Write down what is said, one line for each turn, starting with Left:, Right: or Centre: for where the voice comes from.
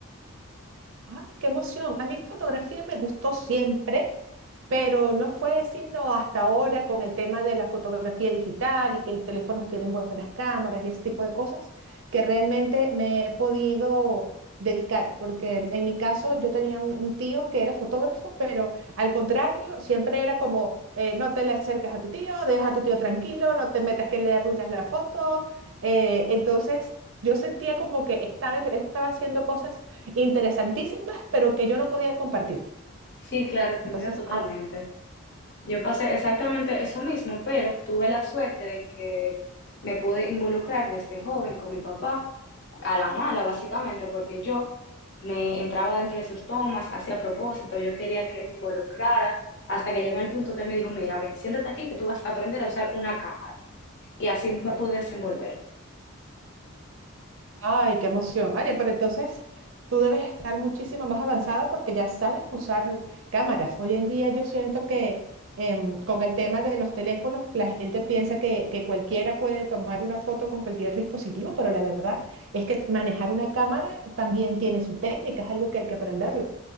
Right: Ay, qué emoción. A mí la fotografía me gustó siempre, pero no fue sino hasta ahora con el tema de la fotografía digital y que los teléfonos tienen buenas cámaras y ese tipo de cosas que realmente me he podido dedicar, porque en mi caso yo tenía un, un tío que era fotógrafo, pero al contrario, siempre era como, eh, no te le acerques a tu tío, deja a tu tío tranquilo, no te metas que le arruinas la foto. Eh, entonces... Yo sentía como que estaba, él estaba haciendo cosas interesantísimas, pero que yo no podía compartir.
Left: Sí, claro, te
Right: Entonces,
Left: entiendo totalmente.
Right: ah,
Left: Yo pasé exactamente eso mismo, pero tuve la suerte de que me pude involucrar desde joven con mi papá, a la mala básicamente, porque yo me entraba dentro de sus tomas, hacía propósito, yo quería que él me involucrara, hasta que llegó el punto que él me dijo, mira, ven, siéntate aquí que tú vas a aprender a usar una cámara. Y así me pude desenvolver.
Right: ay, qué emoción. Oye, pero entonces tú debes estar muchísimo más avanzada porque ya sabes usar cámaras. Hoy en día yo siento que em, con el tema de los teléfonos, la gente piensa que, que cualquiera puede tomar una foto con cualquier dispositivo, pero la verdad es que manejar una cámara también tiene su técnica, es algo que hay que aprenderlo.